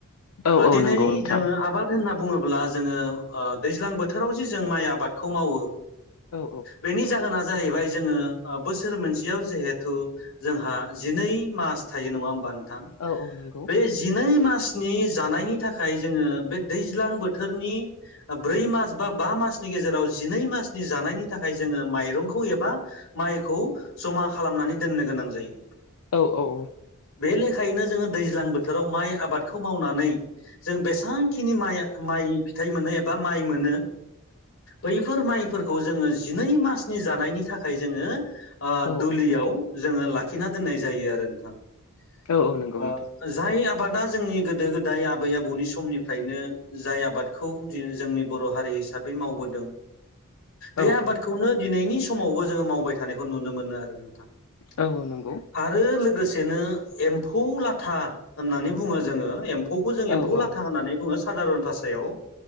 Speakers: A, on the left (about 80°); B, on the left (about 65°).
A: औ
B: आ
A: औ
B: दिनै
A: नंगौ नोंथां
B: जोङो आबाद होनना बुङो ब्ला जोङो ओ दैज्लां बोथोराव जे जों माइ आबादखौ मावो
A: औ औ
B: बेनि जाहोना जाहैबाय जोंङो ओ बोसोर मोनसेयाव जेहेथु जोंहा जिनै मास थायो नङा होमबा नोंथां?
A: औ औ नंगौ
B: बे जिनै मा स्नि जानायनि थाखाय जोङो बे दैज्लां बोथोरनि ओ ब्रै मास बा बा मासनि गेजेराव जिनै मासनि जानायनि थाखाय जोङो माइरंखौ एबा माइखौ जमा खालामनानै दोननो गोनां जायो
A: औ औ औ
B: बे लेखायैनो जोङो दैज्लां बोथोराव माइ आबादखौ मावनानै जों बेसां खिनि माइ माइ फिथाइ मोनो एबा माइ मोनो बैफोर माइफोरखौ जोङो जिनै मासनि जानायनि थाखाय जोङो ओ
A: औ
B: दुलियाव जोङो लाखिना दोननाय जायो आरो नोंथां ओ
A: औ औ नंगौ नोंथां
B: जाय आ बादा जोंनि गोदो गोदाय आबै आबौनि समनिफ्रायनो जाय आबादखौ दि जोंनि बर' हारि हिसाबै मावबोदों बे
A: औ
B: आबादखौनो
A: औ
B: दिनैनि समावबो जोङो मावबाय थानायखौ नुनो मोनो आरो नोंथां
A: औ औ नंगौ
B: आरो लोगोसेनो एम्फौ लाथा होननानै बुङो जोङो एम फौखौ जों एम्फौ
A: औ औ
B: लाथा होननानै बुङो सादारन भाषायाव